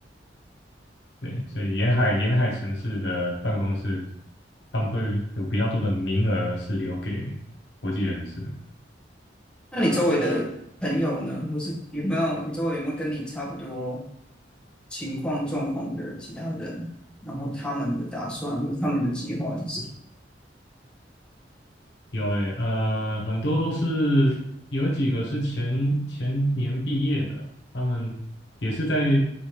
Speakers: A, on the left; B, in the centre.
A: 对，所以沿海沿海城市的办公室，他们会有比较多的名额是留给国际人士。
B: 那你周围的朋友呢？或是有没有你周围有没有跟你差不多情况状况的其他人？然后他们的打算或者他们的计划是什么？
A: 有诶，呃，很多都是有几个是前前年毕业的，他们也是在，